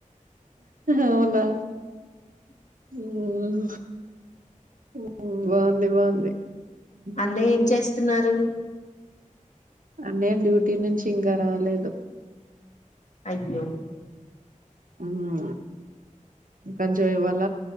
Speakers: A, on the right; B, on the left.
A: అవునా ఉమ్ ఉ బాగుంది బాగుంది హ్మ్
B: అన్నయ్య ఏం చేస్తున్నారు?
A: అన్నయ డ్యూటీ నుంచి ఇంకా రాలేదు.
B: అయ్యో
A: అవున కొంచెం ఇవాళ